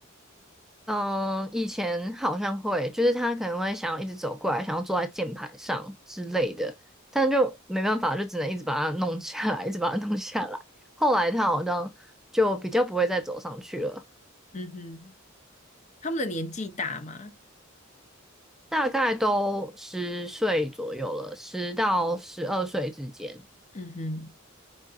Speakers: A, in the centre; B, on the left.
A: 嗯，以前好像会，就是他可能会想要一直走过来，想要坐在键盘上之类的，但就没办法，就只能一直把它弄下来，一直把它弄下来。后来他好像就比较不会再走上去了，
B: 嗯哼，他们的年纪大吗？
A: 大概都十岁左右了，十到十二岁之间。
B: 嗯哼，